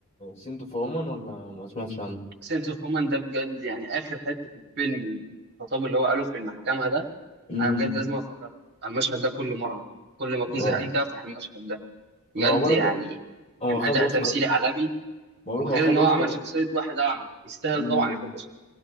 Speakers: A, on the left; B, on the right.
A: سنتو فومان ولا ما سمعتش عنه
B: سنس اوف وومن ده بجد يعني آخر حتة في الفيلم الخطاب اللي هو قاله في المحكمة ده
A: امم
B: أنا بجد لازم أتفرج على المشهد ده كل مرة كل ما أكون
A: اه
B: زهقان كده أفتح المشهد ده بجد
A: ما هو بقولك
B: يعني
A: هو
B: كان
A: خد
B: اداء
A: اوسكار
B: تمثيلي عالمي
A: مبروك
B: وغير
A: هو خد
B: ان هو
A: اوسكار
B: عمل شخصيه واحد اعمى يستاهل
A: امم
B: طبعا ياخد اوسكار